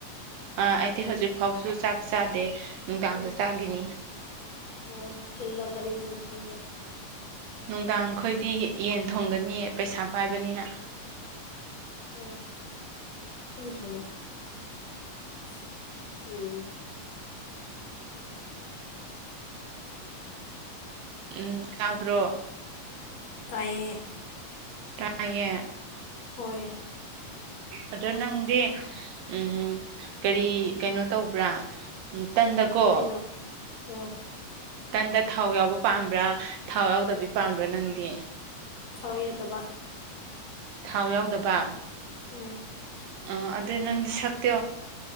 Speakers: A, on the right; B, on the left.
A: ꯑꯥ ꯑꯩꯗꯤ ꯍꯧꯖꯤꯛ ꯐꯥꯎꯁꯨ ꯆꯥꯛ ꯆꯥꯗꯦ ꯅꯨꯡꯗꯥꯡꯗ
B: ꯎꯝ
A: ꯆꯥꯒꯤꯅꯤ
B: ꯑꯣ ꯇꯨꯡꯗ ꯀꯔꯤ ꯏꯟꯁꯥꯡ ꯊꯣꯡꯒꯔ꯭ꯦ
A: ꯅꯨꯡꯗꯥꯡ ꯈꯣꯏꯗꯤ ꯌꯦꯟ ꯊꯣꯡꯒꯅꯤ ꯄꯩꯁꯥ ꯄꯥꯏꯕꯅꯤꯅ
B: ꯑ <unintelligible> <unintelligible> ꯎꯝ
A: ꯎꯝ ꯇꯥꯕ꯭ꯔꯣ
B: ꯇꯥꯏꯌꯦ
A: ꯇꯥꯏꯌꯦ
B: ꯍꯣꯏ
A: ꯑꯗꯣ ꯅꯪꯗꯤ ꯎꯝ ꯀꯔꯤ ꯀꯩꯅꯣ ꯇꯧꯕ꯭ꯔꯥ ꯇꯟꯗ ꯀꯣ
B: ꯑꯩꯅ ꯑꯥ
A: ꯇꯟꯗ ꯊꯥꯎ ꯌꯥꯎꯕ ꯄꯥꯝꯕ꯭ꯔꯥ ꯊꯥꯎ ꯌꯥꯎꯗꯕꯤ ꯄꯥꯝꯕ꯭ꯔꯥ ꯅꯪꯗꯤ
B: ꯊꯥꯎ ꯌꯥꯎꯗꯕ
A: ꯊꯥꯎ ꯌꯥꯎꯗꯕ
B: ꯎꯝ
A: ꯎꯝ ꯑꯗꯨ ꯅꯪ ꯁꯛꯇ